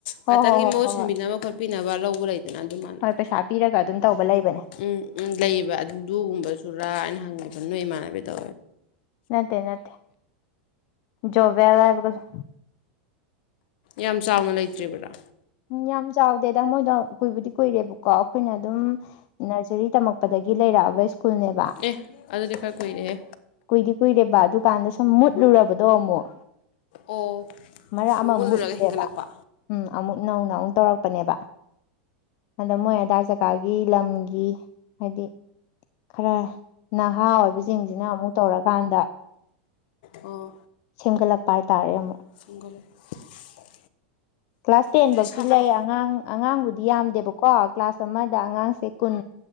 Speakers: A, on the left; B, on the left.
A: ꯍꯣꯏ
B: ꯉꯥꯛꯇꯪꯒꯤ
A: ꯍꯣꯏ ꯍꯣꯏ
B: ꯃꯍꯨꯠ
A: ꯍꯣꯏ
B: ꯁꯤꯟꯕꯤꯅꯕ
A: ꯍꯣꯏ
B: ꯈꯣꯠ ꯄꯤꯅꯕ ꯂꯧꯕ ꯂꯩꯗꯅ ꯑꯗꯨ ꯃꯥꯟꯕ
A: ꯍꯣꯏ ꯄꯩꯁꯥ ꯄꯤꯔꯒ ꯑꯗꯨꯝ ꯇꯧꯕ ꯂꯩꯕꯅꯦ
B: ꯎꯝ ꯎꯝ ꯂꯩꯌꯦꯕ ꯑꯗꯨꯒꯨꯝꯕꯁꯨꯔꯥ ꯍꯥꯏꯅ ꯍꯪꯉꯤꯕ ꯅꯣꯏ ꯏꯃꯥꯟꯅꯕꯤꯗꯣ
A: ꯅꯠꯇꯦ ꯅꯠꯇꯦ ꯖꯣꯕꯦꯜ ꯂꯥꯏꯕꯒꯁꯨ
B: ꯌꯥꯝ ꯆꯥꯎꯅ ꯂꯩꯇ꯭ꯔꯤꯕꯥꯔꯥ
A: ꯎꯝ ꯌꯥꯝ ꯆꯥꯎꯗꯦ ꯑꯗꯪ ꯃꯣꯏꯗꯣ ꯀꯨꯏꯕꯨꯗꯤ ꯀꯨꯏꯔꯦꯕꯀꯣ ꯑꯈꯣꯏꯅ ꯑꯗꯨꯝ ꯅꯔꯖꯔꯤ ꯇꯝꯃꯛ ꯄꯗꯒꯤ ꯂꯩꯔꯛꯑꯕ ꯁ꯭ꯀꯨꯜꯅꯦꯕ
B: ꯑꯦ ꯑꯗꯨꯗꯤ ꯈꯔ ꯀꯨꯏꯔꯦꯍꯦ
A: ꯀꯨꯏꯗꯤ ꯀꯨꯏꯔꯦꯕ ꯑꯗꯨꯀꯥꯟꯗꯥ ꯁꯨꯝ ꯃꯨꯠꯂꯨꯔꯕꯗꯣ ꯑꯃꯨꯛ
B: ꯑꯣ
A: ꯃꯔꯛ ꯑꯃ
B: ꯃꯨꯠꯂꯨꯔꯒ
A: ꯃꯨꯠꯂꯨꯔꯦꯕ
B: ꯍꯤꯡꯒꯠꯂꯛꯄ
A: ꯎꯝ ꯑꯃꯨꯛ ꯅꯧꯅ ꯑꯃꯨꯛ ꯇꯧꯔꯛꯄꯅꯦꯕ ꯍꯟꯗꯛ ꯃꯣꯏ ꯑꯗꯥꯥꯏ ꯖꯒꯥꯒꯤ ꯂꯝꯒꯤ ꯍꯥꯏꯗꯤ ꯈꯔ ꯅꯍꯥ ꯑꯣꯏꯕꯖꯤꯡꯖꯤꯅ ꯑꯃꯨꯛ ꯇꯧꯔꯀꯥꯟꯗ
B: ꯑꯣ
A: ꯁꯦꯝꯒꯠꯂꯛꯄ ꯍꯥꯏꯇꯥꯔꯦ ꯑꯃꯨꯛ
B: <unintelligible>
A: <inaudible> ꯀ꯭ꯂꯥꯁ ꯇꯦꯟ
B: ꯑꯗꯨꯗꯤ
A: ꯕꯧꯇꯤ
B: ꯁꯥꯇ꯭ꯔ
A: ꯂꯩ ꯑꯉꯥꯡ ꯑꯉꯥꯡꯕꯨꯗꯤ ꯌꯥꯝꯗꯦꯕꯀꯣ ꯀ꯭ꯂꯥꯁ ꯑꯃꯗ ꯑꯉꯥꯡꯁꯦ ꯀꯨꯟ